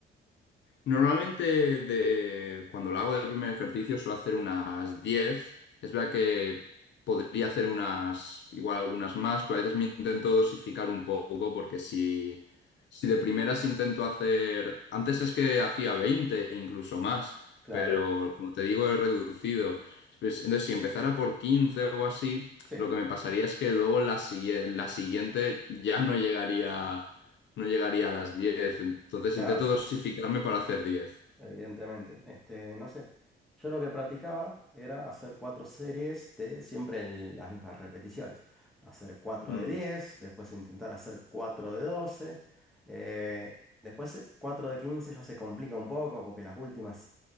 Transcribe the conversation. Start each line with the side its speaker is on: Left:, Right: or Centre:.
Left: Normalmente de, cuando lo hago de primer ejercicio suelo hacer unas diez, Es verdad que podría hacer unas, igual algunas más, pero a veces me intento dosificar un poco porque si, si de primeras intento hacer... Antes es que hacía 20 incluso más,
Centre: Claro,
Left: pero como te digo he reducido. Pues, Entonces si empezara por 15 o así,
Centre: sí,
Left: lo que me pasaría es que luego la, sigui- la siguiente ya no llegaría no llegaría a las diez Entonces
Centre: claro.
Left: intento dosificarme para hacer diez
Centre: Evidentemente, este, no sé. Yo lo que practicaba era hacer cuatro series de siempre en las mismas repeticiones. Hacer cuatro
Left: Mm.
Centre: de diez después intentar hacer cuatro de doce eh, después eh, cuatro de 15 ya se complica un poco porque las últimas